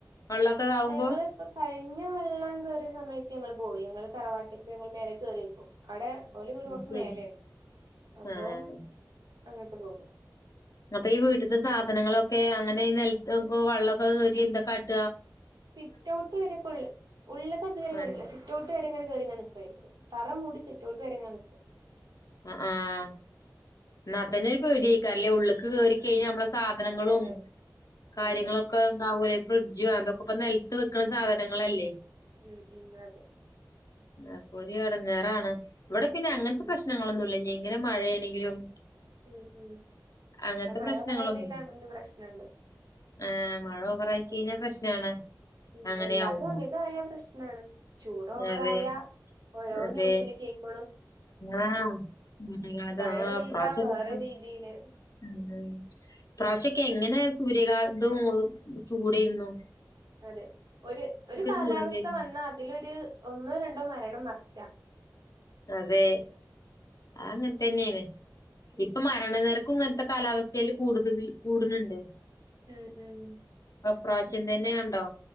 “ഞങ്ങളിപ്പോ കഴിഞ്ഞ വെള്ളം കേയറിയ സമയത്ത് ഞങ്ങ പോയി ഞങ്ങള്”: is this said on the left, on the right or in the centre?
Right